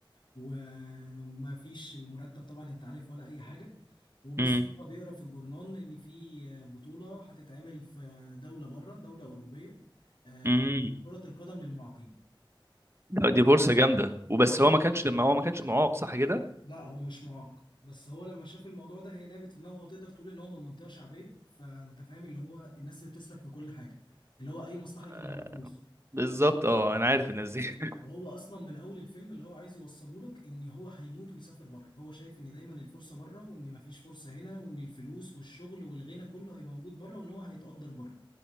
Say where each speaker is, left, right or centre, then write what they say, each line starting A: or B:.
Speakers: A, on the left; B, on the right.
A: وما فيش المرتب طبعا انت عارف ولا اي حاجه وبالصدفه
B: أمم،
A: بيقرا في الجورنال ان في بطوله هتتعمل في دوله بره دوله اوروبيه آه،
B: أمم.
A: كره القدم للمعاقين
B: لا، دي فرصة جامدة وبس
A: اه
B: هو ما كانش لما هو ما كانش معاق صح كده
A: لا هو مش معاق بس هو لما شاف الموضوع ده هي لعبت في دماغه هو تقدر تقول ان هو من منطقه شعبيه فانت فاهم اللي هو الناس اللي بتسلك في كل حاجه اللي هو اي مصلحه يجي
B: آه،
A: من وراها فلوس
B: بالظبط أه أنا عارف الناس دي <laughs>
A: وهو اصلا من اول الفيلم اللي هو عايز يوصله لك ان هو هيموت ويسافر بره هو شايف ان دايما الفرصه بره وان مفيش فرصه هنا وان الفلوس والشغل والغنى كله هيبقى موجود بره وان هو هيتقدر بره